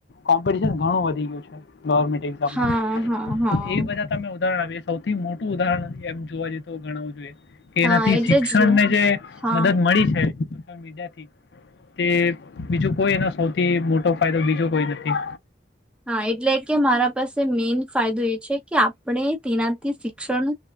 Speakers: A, on the left; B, in the centre.
A: કોમ્પિટશન ઘણું વધી ગયું છે.
B: હા હા હા
A: તો એ બધા તમે ઉદાહરણ સૌથી મોટું ઉદાહરણ એમ જોવા જ તો ગણાવું જોઈએ. કે
B: હા
A: એનાથી
B: એટલે
A: શિક્ષણ
B: જ
A: ને જે
B: હા
A: મદદ મળી છે. મીથી તે બીજું કોઈ એનો સૌથી મોટો ફાયદો બીજો કોઈ નથી.
B: હા એટલે કે મારા પાસે મેઈન ફાયદો એ છે કે આપણે તેનાથી શિક્ષણ